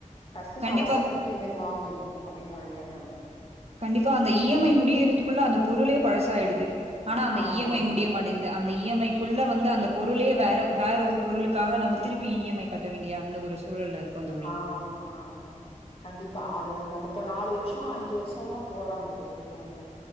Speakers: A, on the left (about 45°); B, on the right (about 50°).
A: டக்குன்னு
B: கண்டிப்பா
A: அவசரத்துக்கு இன்னைக்கு வாங்கின்ணு அப்டின் வாங்கிர்றாங்க
B: கண்டிப்பா அந்த இ எம் ஐ முடியறதுக்குள்ள அந்த பொருளே பழசாயிடுது ஆனா அந்த
A: ஆமாங்க
B: இ எம் ஐ முடிய மாட் டேந்து அந்த இ எம் ஐ க்குள்ள வந்து அந்த பொருளே வேற வேற ஒரு பொருளுக்காக நம்ப திருப்பி இ எம் ஐ கட்ட வேண்டிய அந்த ஒரு சூழல்ல இருக்கோ தோழி
A: ஆம்மா ஆம்மாங் கண்டிப்பா அது நம்ப இப்ப நாலு வருஷ அஞ்சு வருஷல்லா போடுறாங்க தோழி இ எம் ஐ